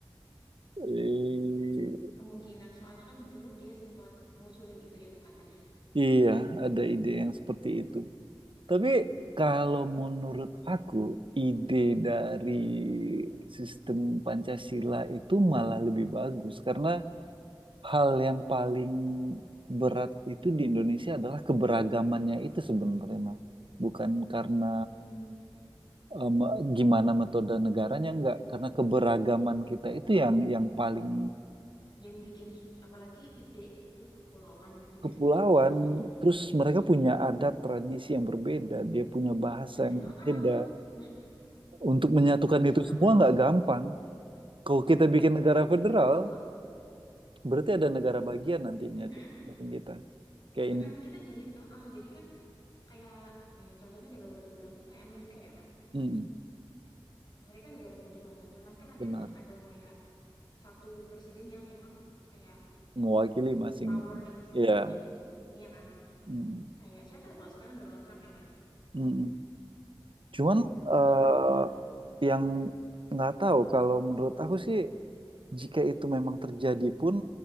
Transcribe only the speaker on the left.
Kemungkinan soalnya kan dulu dia sempat ngusulin itu ya katanya.
Hmm,
yang bikin susah, apalagi gede terus kepulauan gitu
ya, yang bikin susah tuh.
Ada,
ah,
ah. Nah
itu
yang
aku maksud.
Mm-mm,
itu maksud aku.
Mm-mm,
mm-mm.
Kita jadi, ah, ah. Jadi kan kayak apa ya contohnya negara federal kan kayak Amerika ya kan
Amerika negara federal kan cuman kan nanti
tetap ada kayak satu presiden yang emang kayak
powering semuanya
gitu iya kan
kayak siapa ya kalau sekarang Donald Trump ya kan
hmm, kalau
sekarang Donald Trump